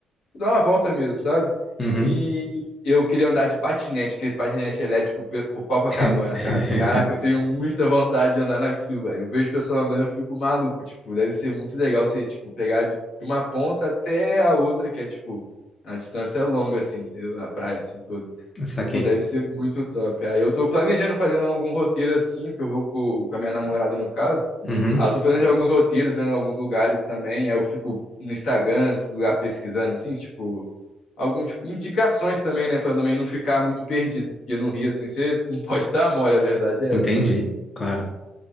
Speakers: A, on the left; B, on the left.
A: dar uma volta mesmo, sabe?
B: uhum.
A: E eu queria andar de patinete, aqueles patinete elétrico pe- por Copacabana,
B: <laughs>
A: cara. Caraca, eu tenho muita vontade de andar naquilo, velho. Eu vejo o pessoal andando, eu fico maluco, tipo, deve ser muito legal você, tipo, pegar de de uma ponta até a outra, que é, tipo, a distância é longa, assim, entendeu? A praia, assim, toda.
B: Saquei.
A: Pô, deve ser muito top. Aí eu tô planejando fazendo algum roteiro, assim, porque eu vou co- com, a minha namorada, no caso.
B: Uhum,
A: Ah, eu tô planejando alguns roteiros, vendo alguns lugares também. Aí eu fico no Instagram, esses lugares pesquisando, assim, tipo algum tipo indicações também, né, Pra também não ficar muito perdido, porque no Rio assim você não <laughs> pode dar mole, a verdade é
B: entendi,
A: essa também.
B: claro.